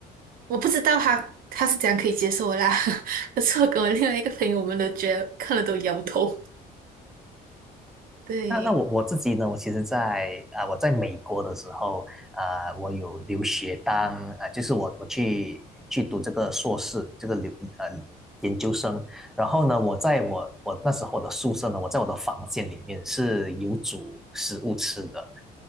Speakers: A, on the right (about 55°); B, in the centre.
A: 我不知道他他是怎样可以接受的啦，<laughs> 可是我跟我另外一个朋友，我们都觉得看了都摇头，<laughs> 对。
B: 那那我我自己呢？我其实在，啊我在美国的时候，啊我有留学当啊就是我我去去读这个硕士，这个留呃研究生。然后呢，我在我我那时候的宿舍呢，我在我的房间里面是有煮食物吃的，